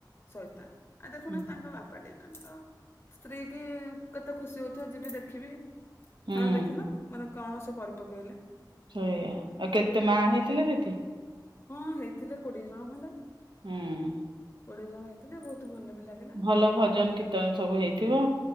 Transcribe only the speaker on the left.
ଶୈତାନ ଆ ଦେଖୁନ
ତାଙ୍କ ବାପାଟେ ତାଙ୍କ ସ୍ତ୍ରୀ କି କେତେ ଖୁସି ହଉଥିବେ ଯିବି ଦେଖିବି।
ମାନେ ଦେଖିଲ ମାନେ କଣ ସେ କରି ପକେଇଲେ।
ହଁ ହେଇଥିଲେ କୋଡିଏ ଜଣ ଖଣ୍ଡେ।
କୋଡିଏ ଜଣ ହେଇଥିଲେ ବହୁତ ଭଲ ବି ଲାଗେ।